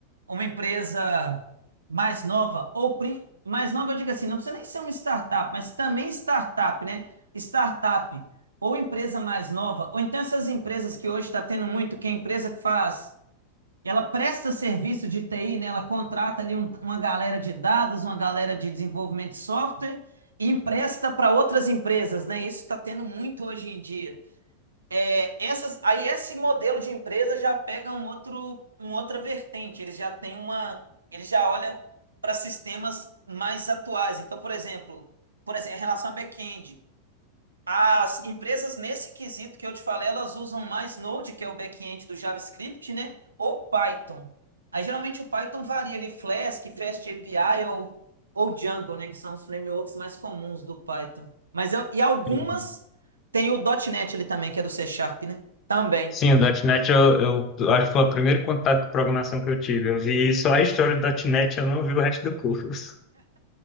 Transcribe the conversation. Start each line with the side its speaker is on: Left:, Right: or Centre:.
Right: uma empresa mais nova, ou prin- mais nova, eu digo assim, não precisa nem ser uma startup, mas também startup, né? Startup ou empresa mais nova, ou então essas empresas que hoje está tendo muito, que é a empresa que faz, ela presta serviço de TI, né? Ela contrata ali um- uma galera de dados, uma galera de desenvolvimento de software e empresta para outras empresas, né? Isso está tendo muito hoje em dia. É, essas, aí esse modelo de empresa já pega um outro, uma outra vertente. Eles já têm uma, ele já olha para sistemas mais atuais. Então, por exemplo, por exemplo, em relação a back-end, as empresas nesse quesito que eu te falei, elas usam mais Node, que é o back-end do JavaScript, né? Ou Python. Aí geralmente o Python varia ali, Flask, FastAPI ou, ou Django, né? Que são os frameworks mais comuns do Python. Mas eu, e algumas
Left: Uhum.
Right: tem o .NET ali também, que é do C Sharp, né? Também.
Left: Sim, o .ponto .NET eu, eu, eu acho que foi o primeiro contato com programação que eu tive. Eu vi só a história do .ponto .NET, eu não vi o resto do curso.